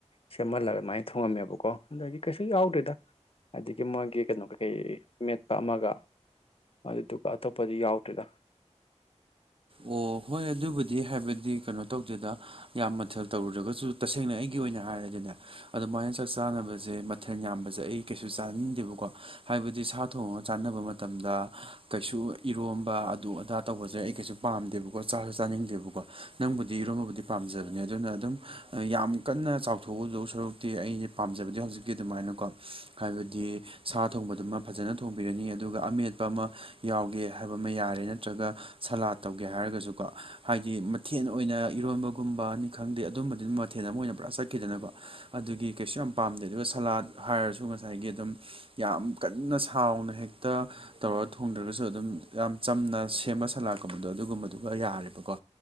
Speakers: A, on the left; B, on the right.
A: ꯁꯦꯝꯍꯜꯂꯒ ꯑꯗꯨꯃꯥꯏꯟ ꯊꯣꯡꯉꯝꯃꯦꯕꯀꯣ ꯑꯗꯒꯤ ꯀꯩꯁꯨ ꯌꯥꯎꯗꯦꯗ ꯑꯗꯒꯤ ꯃꯣꯢꯒꯤ ꯀꯩꯅꯣ ꯀꯩꯀꯩ ꯃꯦꯠꯄ ꯑꯃꯒ ꯑꯗꯨꯗꯨꯒ ꯑꯇꯣꯞꯄꯗꯤ ꯌꯥꯎ ꯗꯦꯗ
B: ꯑꯣ ꯍꯣꯏ ꯑꯗꯨꯕꯨꯗꯤ ꯍꯥꯏꯕꯗꯤ ꯀꯩꯅꯣ ꯇꯧꯗꯦꯗ ꯌꯥꯝ ꯃꯊꯦꯜ ꯇꯧꯔꯨꯗꯔꯒꯁꯨ ꯇꯁꯦꯡꯅ ꯑꯩꯒꯤ ꯑꯣꯏꯅ ꯍꯥꯏꯔꯗꯤꯅꯦ ꯑꯗꯨꯃꯥꯏꯅ ꯆꯥꯛ ꯆꯥꯅꯕꯖꯦ ꯃꯊꯦꯟ ꯌꯥꯝꯕꯖꯦ ꯑꯩ ꯀꯩꯁꯨ ꯆꯥꯅꯤꯡꯗꯦꯕꯀꯣ ꯍꯥꯏꯕꯗꯤ ꯁꯥ ꯊꯣꯡꯉꯒ ꯆꯥꯅꯕ ꯃꯇꯝꯗ ꯀꯩꯁꯨ ꯏꯔꯣꯝꯕ ꯑꯗꯨ ꯑꯗꯥ ꯇꯧꯕꯖꯦ ꯑꯩ ꯀꯩꯁꯨ ꯄꯥꯝꯗꯦꯕꯀꯣ ꯆꯥꯖꯨ ꯆꯥꯅꯤꯡꯗꯦꯕꯀꯣ ꯅꯪꯕꯨꯗꯤ ꯏꯔꯣꯝꯕꯕꯨꯗꯤ ꯄꯥꯝꯖꯕꯅꯦ ꯑꯗꯨꯅ ꯑꯗꯨꯝ ꯌꯥꯝ ꯀꯟꯅ ꯆꯥꯎꯊꯣꯛꯎꯗꯧ ꯁꯔꯨꯛꯇꯤ ꯑꯩꯅꯦ ꯄꯥꯝꯖꯕꯗꯤ ꯍꯧꯖꯤꯛꯀꯤ ꯑꯗꯨꯃꯥꯏꯅꯀꯣ ꯍꯥꯏꯕꯗꯤ ꯁꯥ ꯊꯣꯡꯕꯗꯨꯃ ꯐꯖꯅ ꯊꯣꯡꯕꯤꯔꯅꯤ ꯑꯗꯨꯒ ꯑꯃꯦꯠꯄ ꯑꯃ ꯌꯥꯎꯒꯦ ꯍꯥꯏꯕ ꯑꯃ ꯌꯥꯔꯦ ꯅꯠꯇ꯭ꯔꯒ ꯁꯂꯥꯠ ꯇꯧꯒꯦ ꯍꯥꯏꯔꯒꯖꯨꯀꯣ ꯍꯥꯏꯗꯤ ꯃꯊꯦꯟ ꯑꯣꯏꯅ ꯏꯔꯣꯝꯕꯒꯨꯝꯕꯅꯤ ꯈꯪꯗꯦ ꯑꯗꯨꯝꯕꯗꯨꯗꯤ ꯃꯊꯦꯜ ꯑꯃ ꯑꯣꯏꯅ ꯄꯨꯔꯥ ꯆꯠꯈꯤꯗꯅꯀꯣ ꯑꯗꯨꯒꯤ ꯀꯩꯁꯨ ꯌꯥꯝ ꯄꯥꯝꯗꯦ ꯑꯗꯨꯒ ꯁꯂꯥꯠ ꯍꯥꯏꯔꯁꯨ ꯉꯁꯥꯏꯒꯤ ꯑꯗꯨꯝ ꯌꯥꯝ ꯀꯟꯅ ꯁꯥꯎꯅ ꯍꯦꯛꯇ ꯇꯧꯔꯒ ꯊꯣꯡꯗ꯭ꯔꯒꯁꯨ ꯑꯗꯨꯝ ꯌꯥꯝ ꯆꯝꯅ ꯁꯦꯝꯕ ꯁꯂꯥꯠꯀꯨꯝꯕꯗꯣ ꯑꯗꯨꯒꯨꯝꯕꯗꯨꯒ ꯌꯥꯔꯦꯕꯀꯣ